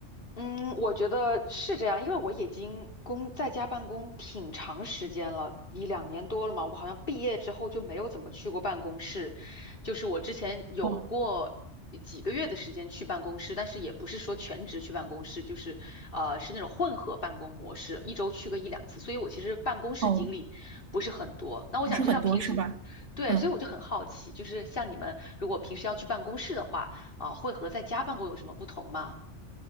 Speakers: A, on the left; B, on the right.
A: 嗯，我觉得是这样，因为我已经工在家办公挺长时间了，一两年多了嘛。我好像毕业之后就没有怎么去过办公室，就是我之前有过
B: 哦
A: 几个月的时间去办公室，但是也不是说全职去办公室，就是呃是那种混合办公模式，一周去个一两次。所以我其实办公室经历不是很多。
B: 哦，
A: 那我想知道平时，
B: 不是很多，是吧？
A: 对，
B: 嗯。
A: 所以我就很好奇，就是像你们如果平时要去办公室的话，啊、会和在家办公有什么不同吗？